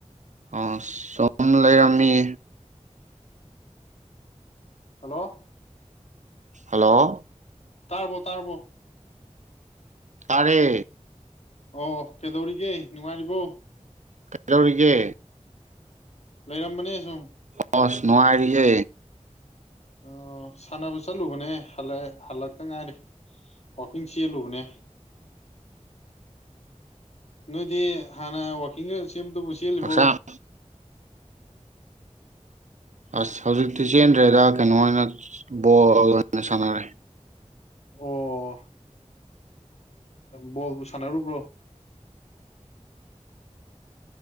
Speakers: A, on the right (about 75°); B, on the left (about 60°).
A: ꯑ ꯁꯨꯝ ꯂꯩꯔꯝꯃꯤ꯫
B: ꯍꯜꯂꯣ!
A: ꯍꯂꯣ!
B: ꯇꯥꯔꯕꯣ- ꯇꯥꯔꯕꯣ?
A: ꯀꯔꯦ <unintelligible>
B: ꯑꯣ ꯀꯩꯗꯧꯔꯤꯒꯦ ꯅꯨꯡꯉꯥꯏꯔꯤꯕꯣ
A: ꯀꯩꯗꯧꯔꯤꯒꯦ
B: ꯂꯩꯔꯝꯕꯅꯦ ꯁꯨꯝ
A: ꯑꯣꯁ ꯅꯉꯥꯏꯔꯤꯌꯦ
B: ꯑꯣ ꯁꯥꯟꯅꯕ ꯆꯠꯂꯨꯕꯅꯦ ꯍꯜꯂꯛ ꯍꯜꯂꯛꯇ ꯉꯥꯏꯔꯤ ꯋꯥꯋꯥꯛꯀꯤꯡ ꯆꯦꯜꯂꯨꯕꯅꯦ ꯅꯣꯏꯗꯤ ꯍꯥꯟꯅ ꯋꯥꯋꯥꯛꯀꯤꯡꯒ ꯁꯦꯝꯗꯨꯕꯨ ꯆꯦꯜꯂꯤꯕꯣ
A: ꯍꯛꯆꯥꯡ ꯑꯁ ꯍꯧꯖꯤꯛꯇꯤ ꯆꯦꯟꯗ꯭ꯔꯦꯗ ꯀꯩꯅꯣ ꯑꯣꯏꯅ ꯕꯣꯜ ꯑꯣꯏꯅ ꯁꯥꯟꯅꯔꯦ
B: ꯑꯣꯣꯣ ꯕꯣꯜꯕꯨ ꯁꯥꯟꯅꯔꯨꯕ꯭ꯔꯣ